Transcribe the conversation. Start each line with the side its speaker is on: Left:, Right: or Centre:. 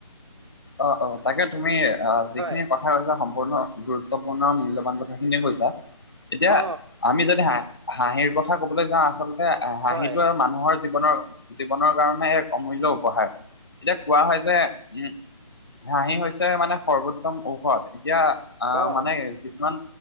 Left: অ', অ', তাকে তুমি আহ যিখিনি
Right: হয়
Left: কথা কথা কৈছা সম্পূৰ্ণ গুৰুত্বপূৰ্ণ মূল্যবান কথাখিনিয়ে কৈছা, এতিয়া
Right: অ
Left: আমি যদি হা হাঁহিৰ কথা কবলৈ যাওঁ, আচলতে হাঁহিটো
Right: হয়
Left: আৰু মানুহৰ জীৱনৰ জীৱনৰ কাৰণে এক অমূল্য উপহাৰ, এতিয়া কোৱা হয় যে উম, হাঁহি হৈছে মানে সৰ্বোত্তম ঔষধ। এতিয়া, আহ
Right: অ
Left: মানে কিছুমান,